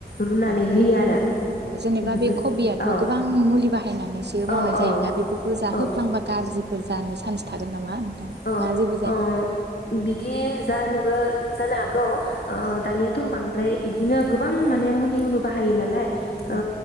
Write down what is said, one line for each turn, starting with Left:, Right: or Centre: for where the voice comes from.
Left: रुनानै
Right: औ
Left: होयो आरो
Right: औ जेनेबा
Left: बेफोर
Right: बे कबियाथ'
Left: औ
Right: गोबां मुलि बाहायनानैसो मावनाय
Left: औ औ
Right: जायोना बेफोरखौ जाहोफ्लांबा
Left: औ
Right: गाज्रिफोर जानो सा थागोन नामा? नोंथां
Left: ओ
Right: ना जेबो जाया
Left: ओ बि दि जानोबो जानो हागौ ओ दानियाथ बांद्राय इदिनो गोबां माने मुलि उनो बाहायो नालाय
Right: औ
Left: अ